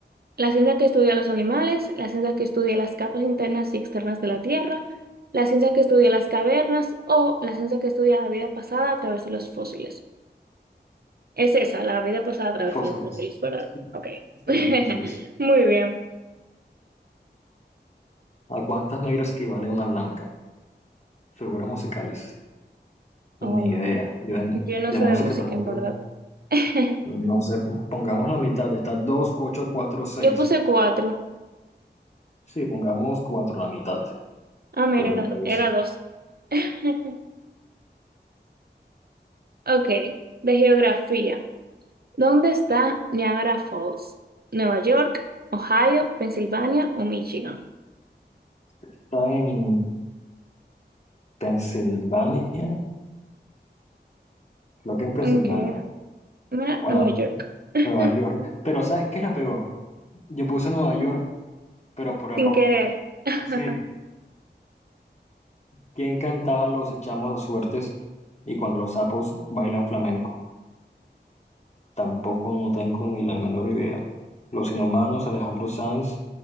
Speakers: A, on the right; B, on the left.
A: la ciencia que estudia los animales, la ciencia que estudia las capas internas y externas de la Tierra, la ciencia que estudia las cavernas o la ciencia que estudia la vida pasada a través de los fósiles. Es esa, la vida pasada a través
B: Fósiles.
A: de los fósiles, ¿verdad? Ok.
B: Sí,
A: <laughs>
B: los fósiles.
A: Muy bien.
B: ¿A cuántas negras equivale una blanca? Figuras musicales.
A: Um,
B: Ni idea. Yo de, mu-
A: yo no
B: de
A: sé
B: música
A: de música,
B: tampoco.
A: en verdad. <laughs>
B: No sé. Pongamos la mitad. Está 2 8 4 seis
A: Yo puse cuatro.
B: Sí, pongamos 4 la mitad.
A: Ah, mira,
B: Bueno,
A: era,
B: era dos
A: era dos. <laughs> Ok, de geografía. ¿Dónde está Niagara Falls? ¿Nueva York, Ohio, Pensilvania o Michigan?
B: Está en Pensilvania. Creo que en Pensilvania.
A: Okay. Mira,
B: Bueno,
A: Nueva York. <laughs>
B: Nueva York. Pero ¿sabes qué es lo peor? Yo puse Nueva York, pero por error.
A: Sin querer. <laughs>
B: Sí. Quien cantaba los echamos a suertes y cuando los sapos bailan flamenco. Tampoco no tengo ni la menor idea. Los inhumanos, Alejandro Sanz,